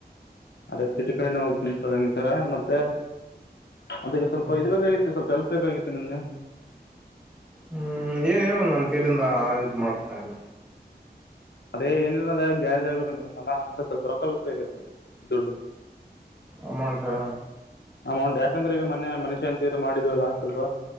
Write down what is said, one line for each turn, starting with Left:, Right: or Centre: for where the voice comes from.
Left: ಅದೇ ಸಿಟಿ ಕಡೆನೆ ಹೋಗ್ತೀನಿ ಸಲ್ ಹಂಗಿತರ ಮತ್ತೆ ಅದಕ್ಕೆ ಸ್ವಲ್ಪ
Centre: ಹ್ಮ್
Left: ಇದು ಬೇಕಾಗಿತ್ತು ಸ್ವಲ್ಪ ಎಲ್ಪ್ ಬೇಕಾಗಿತ್ತು ನಿಮ್ದಗೆ
Centre: ಹ್ಮ್ ಏನ್ ಹೇಳುದು ನಮ್ ಕೈಲಿಂದ ಆಗದ್ ಮಾಡ್ತನಲ್ಲ
Left: ಅದೇ ಏನಿಲ್ಲ ಅದ ಗ್ಯಾರಜ್ ಆಗ್ಬೇಕಂತಲ್ಲ ಅಂದ್ರೆ ಸ್ವಲ್ಪ ರೊತ ಬೇಕಬೇಕಾಗಿತ್ತು ದುಡ್ಡು
Centre: ಅಮೌಂಟಾ
Left: ಅಮೌಂಟ್ ಯಾಕಂದ್ರೆ ಈಗ ಮನೆ ಮನುಷ್ಯ ಅಂತ ಮಾಡಿದ್ವಲ್ಲ ಸ್ವಲ್ಪ